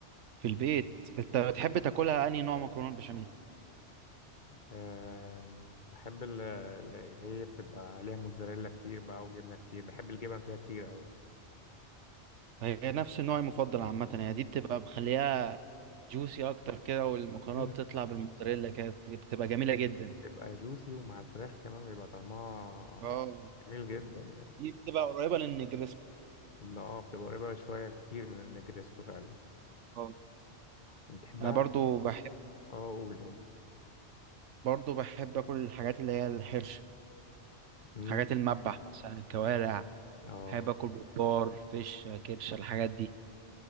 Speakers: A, on the right; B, on the left.
A: في البيت انت بتحب تاكلها انهي نوع مكرونه بشاميل
B: آه بحب اللي هي بتبقى عليها موتزاريلا كتير بقى وجبنة كتير بحب الجبن فيها كتير قوي
A: هي نفس النوع المفضل عامه يعني دي بتبقى مخليها جوسي اكتر كده والمكرونه
B: امم
A: بتطلع بالموتزاريلا كده بت- بتبقى جميله جدا
B: بتبقى جوسي ومع الفراخ كمان بيبقى طعمها
A: اه
B: جميل جدا يعني
A: دي بتبقى قريبه للنجرسكو
B: اه بتبقى قريبة شوية كتير من النجريسكو فعلا
A: اه
B: بتحبها
A: انا برضو بحب
B: اه قول قول
A: برضو بحب اكل الحاجات اللي هي الحرشه
B: امم
A: حاجات المذبح مثلا الكوارع
B: اه
A: بحب اكل ببار فيش كرش الحاجات دي